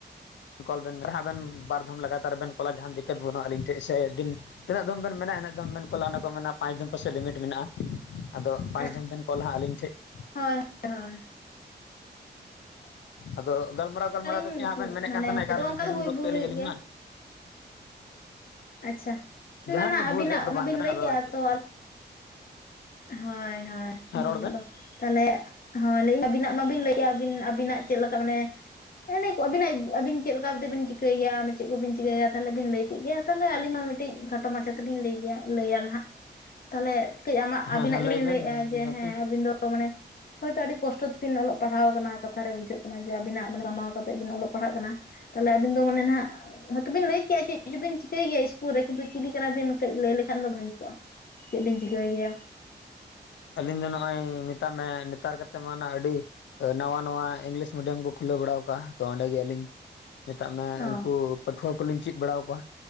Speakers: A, on the left; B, on the left.
A: ᱠᱚᱞ ᱵᱮᱱ <inaudible> ᱟᱵᱮᱱ ᱵᱟᱨᱫᱷᱚᱢ ᱞᱟᱜᱟᱨ ᱨᱮᱵᱮᱱ ᱠᱚᱞᱟ ᱡᱟᱦᱟᱸᱱ ᱫᱤᱠᱠᱟᱹᱛ ᱵᱟᱹᱱᱩᱜᱼᱟ ᱟᱹᱞᱤᱧ ᱴᱷᱮᱱ ᱥᱮ ᱫᱤᱱ ᱛᱤᱱᱟᱹᱜ ᱫᱷᱚᱢ ᱵᱮᱱ ᱢᱮᱱᱟ ᱤᱱᱟᱹᱜ ᱫᱚᱢ ᱵᱮᱱ ᱠᱚᱞᱟ ᱚᱱᱟ ᱠᱚ ᱢᱮᱱᱟ ᱯᱟᱸᱪ ᱫᱷᱚᱢ ᱯᱟᱥᱮᱡ ᱞᱤᱢᱤᱴ ᱢᱮᱱᱟᱜᱼᱟ᱾ ᱟᱫᱚ ᱯᱟᱸᱪ
B: ᱦᱚᱸ
A: ᱫᱷᱚᱢ ᱵᱮᱱ ᱠᱚᱞᱟ ᱦᱟᱸᱜ ᱟᱹᱞᱤᱧ ᱴᱷᱮᱡ ᱾
B: ᱦᱳᱭ ᱦᱳᱭ ᱾
A: ᱟᱫᱚ ᱜᱟᱞᱢᱟᱨᱟᱣ ᱜᱟᱞᱢᱟᱨᱟᱣ
B: ᱟᱹᱞᱤᱧ
A: ᱫᱚ ᱪᱮᱫ ᱦᱟᱸᱜ ᱵᱮᱱ ᱢᱮᱱᱮᱫ
B: ᱢᱟᱱᱮ
A: ᱠᱟᱱ ᱛᱟᱦᱮᱸᱱᱟ
B: ᱦᱚᱭᱛᱚ
A: ᱮᱠᱟᱞ
B: ᱚᱱᱠᱟ
A: ᱦᱤᱲᱤᱧ
B: ᱫᱚ ᱦᱩᱭ
A: ᱜᱚᱫ
B: ᱵᱷᱩᱞ
A: ᱠᱮᱫ
B: ᱦᱩᱭᱩᱜ
A: ᱞᱤᱧ ᱟᱹᱞᱤᱧ
B: ᱜᱮᱭᱟ
A: ᱢᱟ᱾
B: ᱟᱪᱪᱷᱟ ᱢᱟ
A: ᱡᱟᱦᱟᱸᱱ ᱵᱷᱩᱞ
B: ᱟᱹᱵᱤᱱᱟᱜ
A: ᱨᱮᱭᱟᱜ ᱫᱚ
B: ᱢᱟᱵᱤᱱ
A: ᱵᱟᱝ ᱠᱟᱱᱟ
B: ᱞᱟᱹᱭ
A: ᱟᱫᱚ
B: ᱠᱮᱜᱼᱟ
A: ᱪᱮᱜ
B: ᱛᱚ ᱦᱳᱭ ᱦᱳᱭ ᱵᱷᱩᱞ
A: ᱦᱮᱸ ᱨᱚᱲ
B: <inaudible>
A: ᱵᱮᱱ
B: ᱟᱫᱚ ᱛᱟᱦᱚᱞᱮ ᱦᱳᱭ ᱞᱟᱹᱭᱮᱜ ᱟᱹᱧ ᱟᱹᱵᱤᱱᱟᱜ ᱢᱟᱵᱤᱱ ᱞᱟᱹᱭ ᱠᱮᱜᱼᱟ ᱟᱵᱤᱱ ᱟᱵᱤᱱᱟᱜ ᱪᱮᱫ ᱞᱮᱠᱟ ᱢᱟᱱᱮ <unintelligible> ᱠᱚ ᱟᱹᱵᱤᱱᱟᱜ ᱟᱹᱵᱤᱱ ᱪᱮᱫ ᱞᱮᱠᱟ ᱛᱮ ᱵᱮᱱ ᱪᱤᱠᱟᱹᱭᱟ ᱜᱮᱭᱟ, ᱚᱱᱮ ᱪᱮᱫ ᱠᱚᱵᱤᱱ ᱪᱤᱠᱟᱹᱭᱟᱹ ᱛᱟᱦᱚᱞᱮ ᱵᱤᱱ ᱞᱟᱹᱭ ᱴᱷᱤᱠ ᱜᱮᱭᱟ ᱛᱟᱦᱚᱞᱮ ᱟᱞᱤᱧ ᱦᱚᱸ ᱢᱤᱫᱴᱤᱡ ᱠᱷᱟᱴᱚ ᱢᱟᱪᱷᱟ ᱛᱮᱞᱤᱧ ᱞᱟᱹᱭ ᱜᱮᱭᱟ ᱞᱟᱹᱭᱟ ᱦᱟᱸᱜ᱾ ᱛᱟᱦᱚᱞᱮ ᱠᱟᱹᱡ ᱟᱢᱟᱜ ᱟᱵᱤᱱᱟᱜ
A: ᱦᱮᱸ ᱦᱮᱸ
B: ᱜᱮᱞᱤᱧ
A: ᱞᱟᱹᱭ
B: ᱞᱟᱹᱭᱮᱜ-ᱟ
A: ᱵᱮᱱ
B: ᱡᱮ
A: ᱱᱤᱦᱟᱹᱛᱤ
B: ᱦᱮᱸ ᱟᱹᱵᱤᱱ ᱫᱚ ᱢᱟᱱᱮ ᱦᱚᱭᱛᱚ ᱟᱹᱰᱤ ᱠᱚᱥᱴᱚ ᱛᱮᱵᱤᱱ ᱚᱞᱚᱜ ᱯᱟᱲᱦᱟᱣ ᱠᱟᱱᱟ ᱠᱟᱛᱷᱟ ᱨᱮ ᱵᱩᱡᱷᱟᱹᱜ ᱠᱟᱱᱟ ᱡᱮ ᱟᱹᱵᱤᱱᱟᱜ ᱠᱟᱢᱟᱣ ᱠᱟᱛᱮᱫ ᱵᱤᱱ ᱚᱞᱚᱜ ᱯᱟᱲᱦᱟᱜ ᱠᱟᱱᱟ᱾ ᱛᱟᱦᱚᱞᱮ ᱟᱹᱵᱤᱱ ᱫᱚ ᱢᱟᱱᱮ ᱱᱟᱜ ᱦᱚᱭᱛᱚ ᱵᱤᱱ ᱞᱟᱹᱭ ᱠᱮᱜᱼᱟ ᱪᱮᱫ ᱵᱤᱱ ᱪᱤᱠᱟᱹᱭ ᱜᱮᱭᱟ ᱤᱥᱠᱩᱞ ᱨᱮ ᱠᱤᱱᱛᱩ ᱪᱤᱞᱤ ᱠᱟᱱᱟ ᱵᱤᱱ ᱠᱟᱹᱡ ᱞᱟᱹᱭ ᱞᱮᱠᱷᱟᱱ ᱫᱚ ᱵᱷᱟᱹᱜᱤ ᱠᱚᱜᱼᱟ᱾ ᱪᱮᱫ ᱵᱤᱧ ᱪᱤᱠᱟᱹᱭ ᱜᱮᱭᱟ?
A: ᱟᱹᱞᱤᱧ ᱫᱚ ᱱᱚᱜᱼᱚᱭ ᱢᱮᱛᱟᱜ ᱢᱮ ᱱᱮᱛᱟᱨ ᱠᱟᱛᱮᱫ ᱢᱟ ᱚᱱᱟ ᱟᱹᱰᱤ ᱱᱟᱣᱟ ᱱᱟᱣᱟ ᱤᱝᱞᱤᱥ ᱢᱤᱰᱤᱭᱟᱢ ᱠᱚ ᱠᱷᱩᱞᱟᱹᱣ ᱵᱟᱲᱟ ᱟᱠᱟᱜᱼᱟ ᱛᱚ ᱚᱸᱰᱮ ᱜᱮ ᱟᱹᱞᱤᱧ ᱢᱮᱛᱟᱜ ᱢᱮ
B: ᱚ
A: ᱩᱱᱠᱩ ᱯᱟᱹᱴᱷᱩᱣᱟᱹ ᱠᱚᱞᱤᱧ ᱪᱮᱫ ᱵᱟᱲᱟ ᱟᱠᱚᱣᱟ᱾